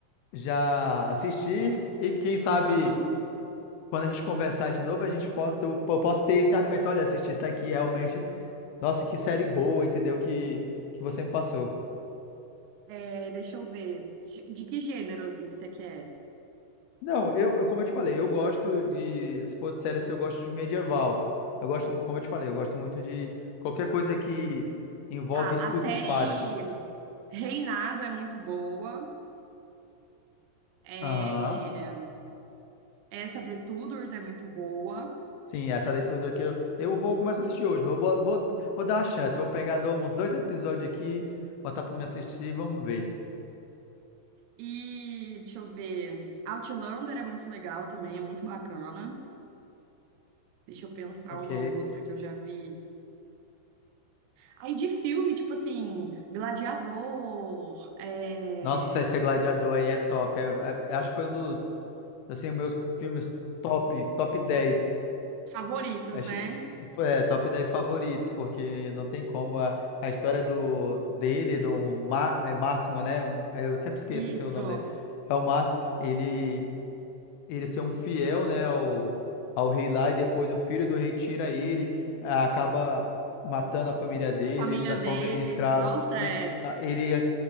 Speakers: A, on the left; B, on the right.
A: já assistir e quem sabe
B: Aham.
A: quando a gente conversar de novo a gente possa eu, eu posso ter esse argumento, olha, assisti isso daqui realmente, nossa, que série boa, entendeu? Que que você me passou.
B: É, deixa eu ver. De, de que gênero, assim, que você quer?
A: Não, eu, eu como eu te falei, eu gosto de, se for de série assim, eu gosto de medieval. Eu gosto, mu- como eu te falei, eu gosto muito de qualquer coisa que envolve
B: Tá,
A: escudo
B: a série
A: e espada.
B: Reinado é muito boa. É,
A: Aham.
B: Essa The Tudors é muito boa.
A: Sim, essa daí tudo aqui eu, eu vou começar a assistir hoje. Vou, bo- vou, vou dar uma chance. Vou pegar dou uns dois episódios aqui, botar pra me assistir e vamos ver.
B: E deixa eu ver. Outlander é muito legal também, é muito bacana. Deixa eu pensar
A: Ok.
B: uma outra que eu já vi. Aí de filme, tipo assim, Gladiador, é...
A: Nossa, esse Gladiador aí é top. É- é- é, acho que foi um dos, assim, meus filmes top, top dez
B: Favoritos,
A: Acho,
B: né?
A: foi, é, top 10 favoritos, porque não tem como. A, a história do, dele, do Ma- é, Máximo, né? Eu sempre esqueço
B: Isso.
A: que é o nome dele. É o Máximo. Ele. ele ser um fiel, né, ao, ao rei lá, e depois o filho do rei tira ele, ah, acaba matando a família dele,
B: A família
A: transforma
B: dele.
A: ele em escravo.
B: Nossa,
A: Isso,
B: é,
A: ah, ele é-